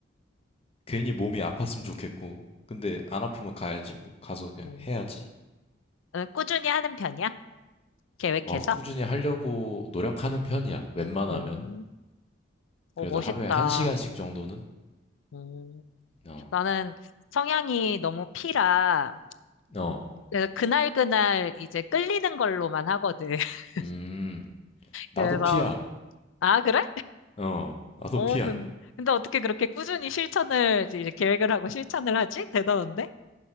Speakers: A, on the left (about 30°); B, on the left (about 80°).
A: 괜히 몸이 아팠으면 좋겠고, 근데 안 아프면 가야지, 뭐 가서 그냥
B: 음.
A: 해야지.
B: 어, 꾸준히 하는 편이야? 계획해서?
A: 어 꾸준히 하려고 노력하는 편이야. 웬만하면
B: 음. 오,
A: 그래도
B: 멋있다.
A: 하루에 한 시간씩 정도는
B: 음.
A: 어,
B: 나는 성향이 너무 피라.
A: 어,
B: 그래서 그날그날 이제 끌리는 걸로만 하거든. <laughs>
A: 음, 나도
B: 그래서,
A: 피야.
B: 아, 그래?
A: 어, 아토피야.
B: 어, 근- 근데 어떻게 그렇게 꾸준히 실천을, 이제 계획을 하고 실천을 하지? 대단한데?